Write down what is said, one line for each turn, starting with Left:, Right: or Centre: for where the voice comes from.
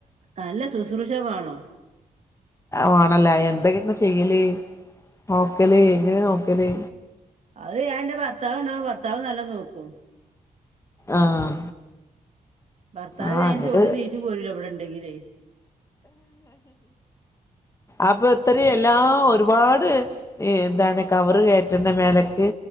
Right: നല്ല ശുഷ്‌ർഷേ വേണോം
Left: വാണല്ല എന്തെങ്കെ ചെയ്യല് നോക്കല് എങ്ങനെ നോക്കല്
Right: അത് ഞാൻ എന്റെ ഭർത്താവ് ഉണ്ടാവും ഭർത്താവ് നല്ല നോക്കും
Left: ആഹ്
Right: ഭർത്താവ്
Left: ആഹ്
Right: അതിന്റെ
Left: എന്നിട്ട്
Right: ചോട്ട് ന് എരിച്ചു പോരു വല്ലോ ഇവിടെ ഉണ്ടെങ്കില്
Left: അപ്പൊ ഇത്രയും
Right: അങ്ങനെ
Left: എല്ലാം ഒരു ഒരുപാട് എന്താണ് കവറ് കയറ്റണ്ട മേലക്ക്